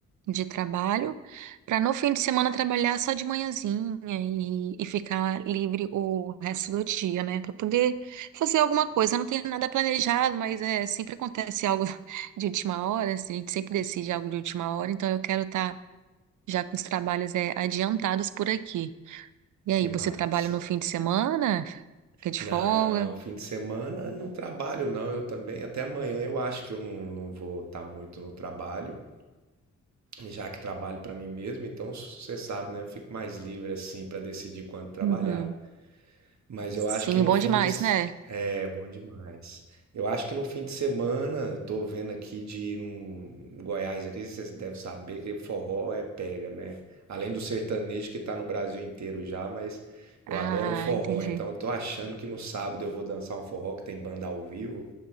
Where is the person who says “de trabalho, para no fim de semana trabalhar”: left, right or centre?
Right